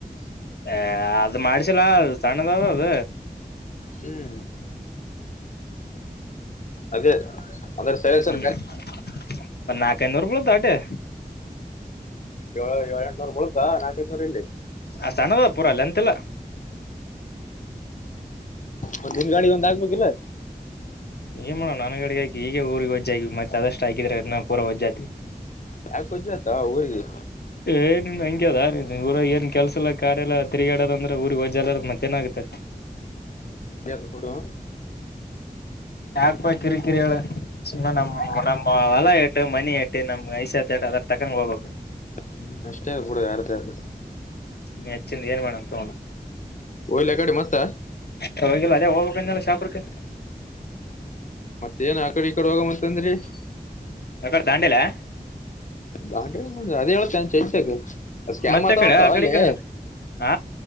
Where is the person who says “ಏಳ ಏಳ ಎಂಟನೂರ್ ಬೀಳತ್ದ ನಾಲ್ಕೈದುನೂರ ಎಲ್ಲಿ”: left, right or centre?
Left